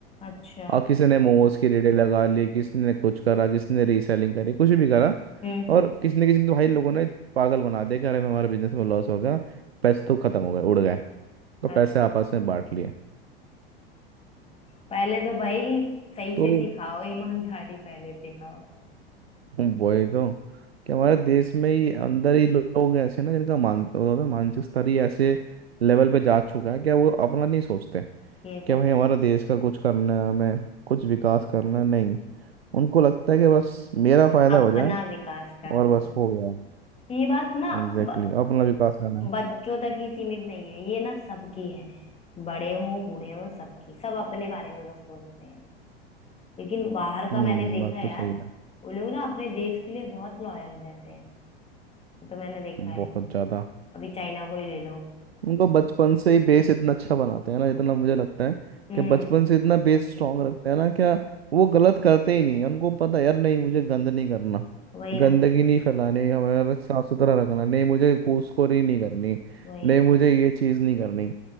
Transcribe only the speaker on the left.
अच्छा
हम्म हम्म
अरे
पहले तो भाई सही
से सिखाओ ईमानदारी पहले सिखाओ
ये
तो
है
अपना
विकास करना
है ये बात ना
ब,
बच्चों तक ही सीमित नहीं है ये ना सबकी है बड़े हों बूढ़े हों सबकी सब अपने बारे में बस सोचते हैं लेकिन बाहर का
मैंने देखा
है
यार
वो लोग ना अपने देश के लिए बहुत लॉयल रहते हैं ये तो मैंने देखा है
अभी चाइना को ही ले लो
हम्म
वही
ना
वही
ना